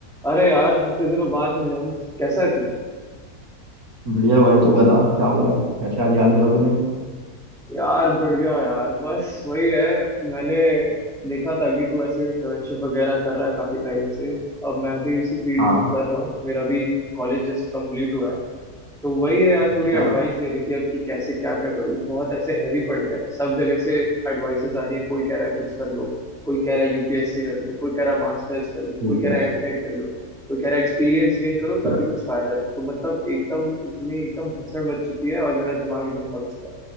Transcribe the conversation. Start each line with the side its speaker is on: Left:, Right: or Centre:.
Centre: अरे यार इतने दिनों बाद मिले हम कैसा है तू
Right: बढ़िया भाई तू बता क्या हुआ कैसे आज याद करा तूने
Centre: यार बढ़िया यार बस वही है मैंने देखा था कि तू ऐसे इंटर्नशिप वगैरह कर रहा है काफी टाइम से अब मैं भी इसी फील्ड
Right: हाँ
Centre: में उतर रहा हूँ मेरा भी कॉलेज जस्ट कंप्लीट हुआ है तो वही है यार
Right: अच्छा
Centre: थोड़ी एडवाइस लेनी थी अब कि कैसे क्या क्या करूं बहुत ऐसे हैवी पड़ गया है सब जगह से एडवाइसेस आ रही है कोई कह रहा है कुछ कर लो कोई कह रहा है यूपीएससी कर लो कोई कह रहा है मास्टर्स कर लो
Right: ठीक
Centre: कोई कह
Right: है
Centre: रहा है एमटेक कर लो कोई कह रहा है एक्सपीरियंस गेन करो
Right: तो
Centre: तब भी कुछ फायदा है तो मतलब एकदम इतनी एकदम भसड़ मच चुकी है और मेरा दिमाग एकदम पक चुका है